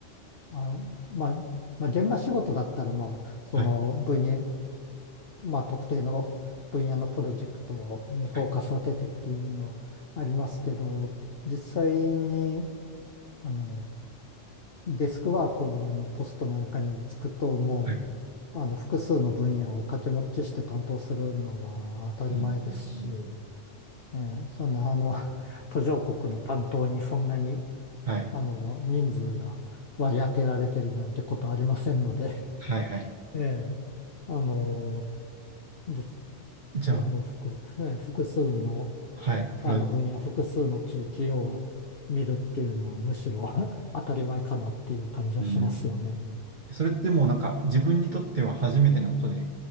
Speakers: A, on the left (about 50°); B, on the right (about 45°).
A: あ、まあ、まあ、現場仕事だったら、まあ、その分野、
B: はい。
A: まあ、特定の分野のプロジェクトにフォーカス当ててっていうのありますけど、
B: はい。
A: 実際に、あの、デスクワークのポストなんかにつくと、もう、
B: はい。
A: あの、複数の分野を掛け持ちして担当するのは当たり前ですし、
B: うん。
A: えーそんな、あの、<laughs> 途上国の担当にそんなに、
B: はい。
A: あの、人数が割り当てられてるなんてことありませんので、
B: はい。はい。
A: ええあの、で、
B: じゃあ、
A: えーもう複、えー複数の
B: はい。それ、
A: あの分野、複数の地域を見るっていうのはむしろ <laughs> 当たり前かなっていう感じはしますよね。
B: うん。それってもうなんか自分にとっては初めてのことで、